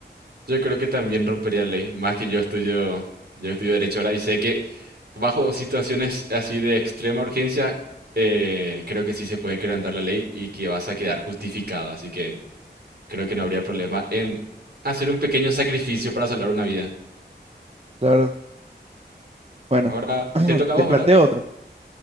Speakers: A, on the right (about 60°); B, on the right (about 35°).
A: yo creo que también rompería la ley, más que yo estudio, yo estudio derecho ahora y sé que bajo situaciones así de extrema urgencia, eh, creo que sí se puede quebrantar la ley y que vas a quedar justificado. Así que creo que no habría problema en hacer un pequeño sacrificio para salvar una vida.
B: Claro. Bueno,
A: Ahora
B: <clears throat>
A: te toca a vos,
B: te planteo
A: ¿verdad?
B: otro.